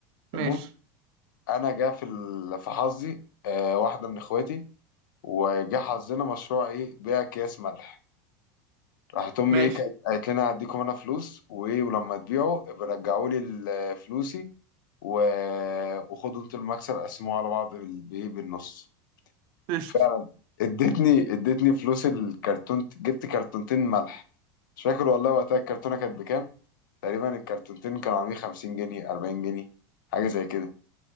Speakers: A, on the left; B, on the right.
A: المهم
B: ماشي
A: انا جا في ال- في حظي آه واحدة من اخواتي وجا حظنا مشروع ايه بيع اكياس ملح راحت امي
B: ماشي
A: ايه كانت قالت لنا هديكم انا فلوس وايه ولما تبيعوا ابقى رجعوا لي ال- فلوسي و... وخدوا انتوا المكسب قسموه على بعض بال... بإيه؟ بالنص
B: قشطة
A: فعلا ادتني ادتني فلوس الكرتون جبت كرتونتين ملح مش فاكر والله وقتها الكرتونه كانت بكام تقريبا الكرتونتين كانوا عاملين 50 جنيه 40 جنيه حاجه زي كده